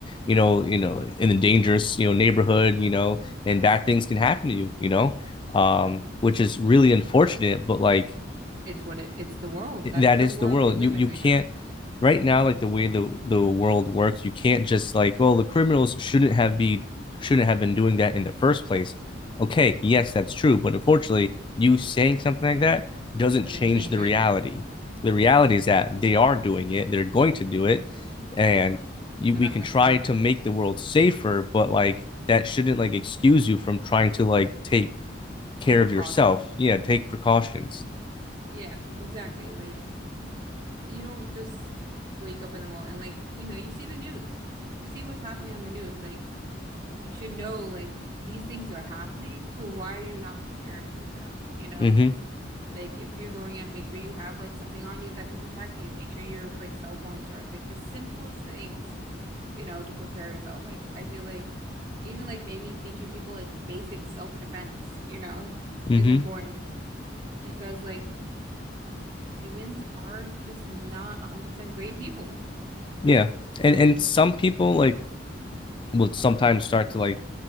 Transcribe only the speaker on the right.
it's what it it's the world. That's
the
world
we live
in right
now.
Doesn't
change
it.
They're
not
going
to stop
the precautions.
Yeah, exactly. Like y you don't just wake up in the world and like, you know, you see the news. You see what's happening on the news. Like you should know like these things are happening, so why are you not preparing for them, you know?
Like if you're going out, make sure you have like something on you that can protect you. Make sure your like cell phone's charged. Like the simplest things, you know, to prepare yourself. Like I feel like even like maybe teaching people like basic self-defense, you know, is
important because like humans are just not 100% great people.
And